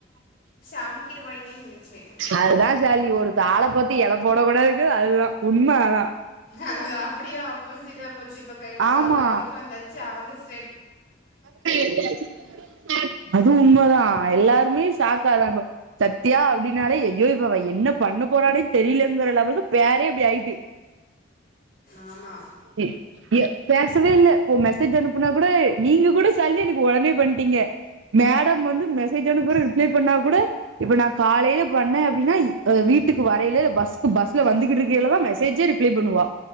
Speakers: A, on the left; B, on the right.
A: அமுக்கிருவாய்ங்கன்னு நெனச்சேன்.
B: அதுதா ஷால்னி ஒரு தா ஆள பாத்து எட போட கூடாதுங்க அதுதா உண்ம அதா
A: ஆனா அது அப்படியே ஆப்போசிட்டா போச்சு. இப்ப கைல
B: ஆமா
A: பாப்பா வரைக்கு வந்தாச்சு அவங்கஸ்
B: <unintelligible> அது உண்மதா அ எல்லாருமே ஷாக்காதா இப சத்தியா அப்டின்னாலே ஐயோ இப்ப அவ என்னப் பண்ண போறானே தெரிலம்பா ங்கற லெவல்து பேரே இப்டி ஆயிட்டு
A: ஆமா.
B: இ ஏ பேசவே இல்ல இப்போ மெசேஜ் அனுப்புனா கூட நீங்க கூட ஷால்னி எனக்கு ஒடனே பண்டிங்க மேடம் வந்து மெசேஜ் அனுப்புற ரிப்ளை பண்ணா கூட இப்ப நா காலைல பண்ணே அப்டினா இ எ வீட் வீட்டுக்கு வரைல இல்ல பஸ்சுக்கு பஸ்ல வந்துகிட்டு இருக்கைலதா மெசேஜே ரிப்ளை பண்ணுவா